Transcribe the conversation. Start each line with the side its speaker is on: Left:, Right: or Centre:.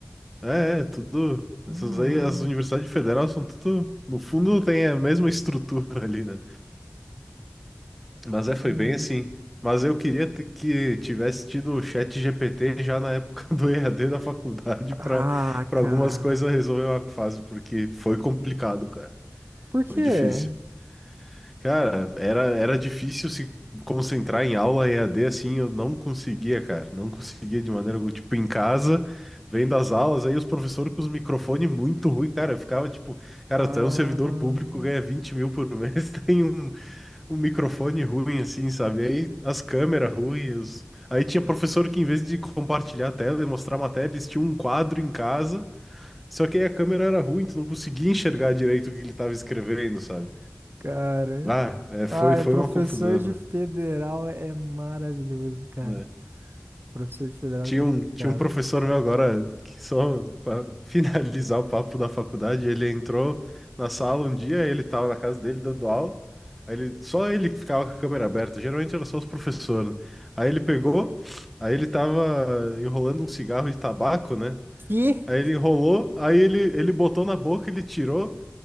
Centre: É, é, tudo.
Right: Mesmo
Centre: Essas
Right: nome.
Centre: aí, as universidades federais são tudo. No fundo, tem a mesma estrutura ali, né? Mas é, foi
Right: É.
Centre: bem assim. Mas eu queria t- que tivesse tido o chat GPT já na época <laughs> do EAD da faculdade para
Right: Ah,
Centre: para
Right: cara.
Centre: algumas coisas resolver uma fase, porque foi complicado, cara.
Right: Por quê?
Centre: Foi difícil. Cara, era, era difícil se concentrar em aula EAD assim, eu não conseguia, cara. Não conseguia de maneira alguma. Tipo, em casa, vendo as aulas, aí os professores com os microfones muito ruim cara. Eu ficava tipo, cara,
Right: Ah,
Centre: tu é um servidor público, ganha 20 mil por mês, <laughs> tem um o microfone ruim, assim, sabe? Aí as câmeras ruins. os- Aí tinha professor que, em vez de compartilhar a tela e mostrar a matéria, eles tinham um quadro em casa, só que aí a câmera era ruim, tu não conseguia enxergar direito o que ele estava escrevendo, sabe?
Right: cara.
Centre: Ah, é, foi,
Right: Ai,
Centre: foi
Right: professor
Centre: uma confusão,
Right: de federal é maravilhoso, cara.
Centre: né? É.
Right: Professor de federal
Centre: Tinha
Right: é complicado.
Centre: um, tinha um professor meu agora, que só para <laughs> finalizar o papo da faculdade, ele entrou na sala um dia, ele estava na casa dele dando aula, aí ele, só ele que ficava com a câmera aberta, geralmente era só os professores. né? Aí ele pegou, aí ele tava enrolando um cigarro de tabaco, né?
Right: Que?
Centre: Aí ele enrolou, aí ele, ele botou na boca, ele tirou,